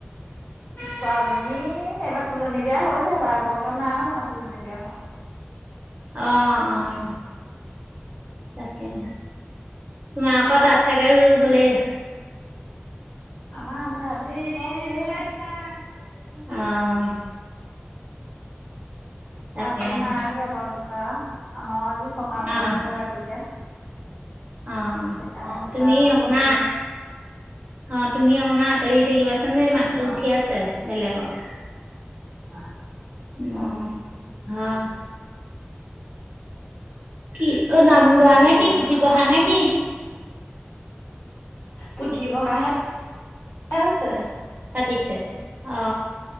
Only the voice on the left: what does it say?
ছোৱালীজনী এইবাৰ তুলনী বিয়া হৈছে বাৰু এবছৰ নাই হোৱা তুলনী বিয়া হোৱা
আমাৰ আধা আধি ৰুব হ'লেই
আজি নাই দিয়া বাউ বোকা আমাৰো আজি সকাম অকণ
আছে ৰাতিকে
সেইকাণে বোকা
আজি
নিদিলে
অ'।
হে
পুঠি পঢ়াইহে আছে